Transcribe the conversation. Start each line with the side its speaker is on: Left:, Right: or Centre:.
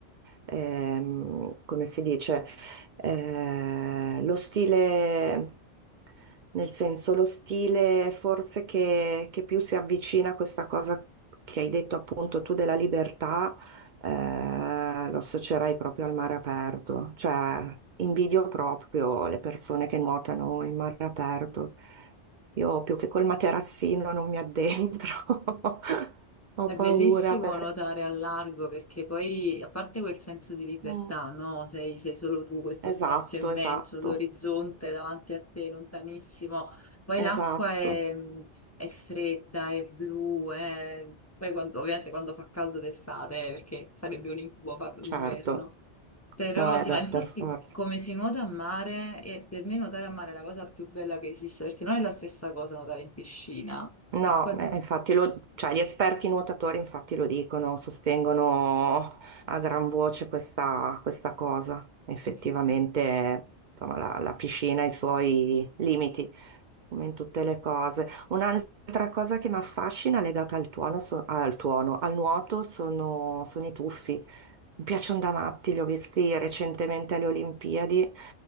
Right: ehm, come si dice, eh, lo stile, nel senso, lo stile forse che, che più si avvicina a questa cosa che hai detto appunto tu della libertà eh, lo associerei proprio al mare aperto, cioè invidio proprio le persone che nuotano in mare aperto. Io più che col materassino non mi addentro, <laughs> ho
Left: È
Right: paura
Left: bellissimo
Right: perché...
Left: nuotare al largo perché poi, a parte quel senso di libertà,
Right: Mm,
Left: no? Sei, sei solo tu, questo
Right: Esatto,
Left: spazio immenso,
Right: esatto,
Left: l'orizzonte davanti a te, lontanissimo. Poi
Right: esatto,
Left: l'acqua è, è fredda, è blu, è- poi quando- ovviamente quando fa caldo d'estate, eh, perché sarebbe un incubo farlo
Right: certo.
Left: d'inverno. Però
Right: No, eh
Left: sì,
Right: beh,
Left: ma infatti
Right: per forza.
Left: come si nuota a mare, e per me nuotare a mare è la cosa più bella che esista, perché non è la stessa cosa nuotare in piscina,
Right: No,
Left: acqua di
Right: eh,
Left: mare.
Right: infatti lo, cioè, gli esperti nuotatori infatti lo dicono, sostengono a gran voce questa, questa cosa. Effettivamente,
Left: Sì, sì, sì.
Right: insomma, la, la piscina ha i suoi limiti, come in tutte le cose. Un'altra cosa che mi affascina legata al tuono, so- al tuono, al nuoto sono, sono i tuffi. Mi piacciono da matti, li ho visti recentemente alle Olimpiadi,